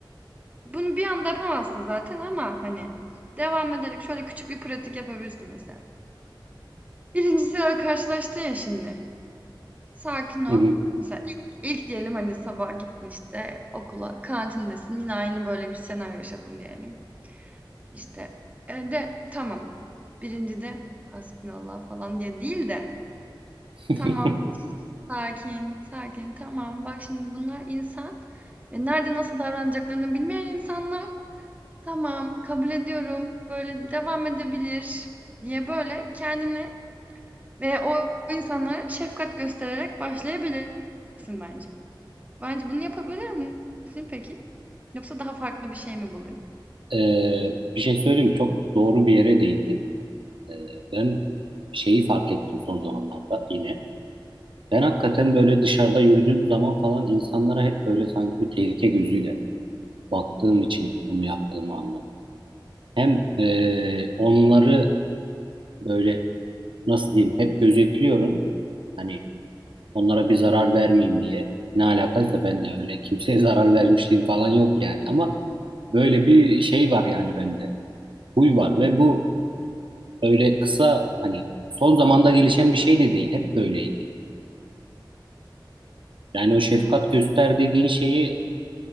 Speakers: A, on the right (about 20°); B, on the right (about 85°).
A: bunu bir anda yapamazsın zaten ama hani devam ederek şöyle küçük bir pratik yapabilirsin mesela. Birincisi öyle karşılaştın ya şimdi. Sakin ol.
B: Hı hı.
A: Mesela ilk, ilk diyelim hani sabah gittin işte okula kantindesin yine aynı böyle bir senaryo yaşadın diyelim. İşte e, de tamam. 1.'de hasbinallah falan diye değil de
B: <laughs>
A: tamam, sakin, sakin, tamam. Bak şimdi bunlar insan ve nerede nasıl davranacaklarını bilmeyen insanlar. Tamam, kabul ediyorum. Böyle devam edebilir diye böyle kendini ve o insanlara şefkat göstererek başlayabilirsin bence. Bence bunu yapabilir misin peki? Yoksa daha farklı bir şey mi bulayım?
B: Ee, bir şey söyleyeyim mi? Çok doğru bir yere değindin. Ee, ben şeyi fark ettim son zamanlarda yine. Ben hakikaten böyle dışarıda yürüdüğüm zaman falan insanlara hep böyle sanki bir tehlike gözüyle baktığım için bunu yaptığımı anladım. Hem e, onları böyle nasıl diyeyim hep gözetliyorum. Hani onlara bir zarar vermeyeyim diye. Ne alakaysa ben öyle kimseye <laughs> zarar vermişliğim falan yok yani. Ama böyle bir şey var yani bende. Huy var ve bu öyle kısa hani son zamanda gelişen bir şey de değil. Hep böyleydi. Yani o şefkat
A: Hı.
B: göster dediğin şeyi